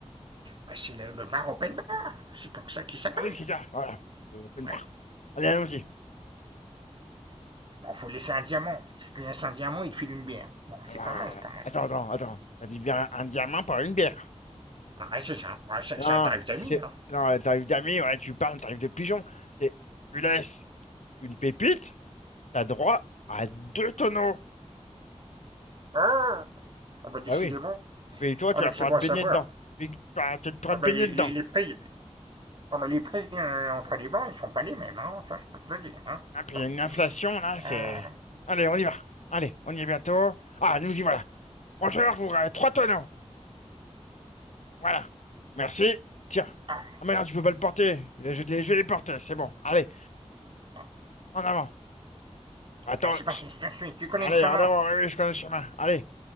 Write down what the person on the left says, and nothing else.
Ah oui, c'est ça, voilà. Euh, open
bar. Allez, allons-y.
Alors,
euh,
attends, attends, attends. T'arrives bien un diamant pour une bière.
Non,
c'est.
Non, t'arrives d'amis, ouais, tu parles, t'arrives de pigeon. C'est. Tu laisses une pépite, t'as droit à deux tonneaux.
Bah oui. Et puis toi, tu
vas
pouvoir
te baigner
dedans. Puis bah, tu vas pouvoir
te baigner
dedans.
Hein, puis
il y a une inflation, là, c'est.
Allez, on y va. Allez, on y est bientôt. Ah, nous y voilà. Bonjour, je voudrais trois tonneaux. Voilà. Merci. Tiens.
Ah merde, je peux pas le porter. Je vais te les, je vais les porter, c'est bon. Allez,
en avant. Attends.
je-
Allez,
en avant, oui, oui, je connais le chemin. Allez,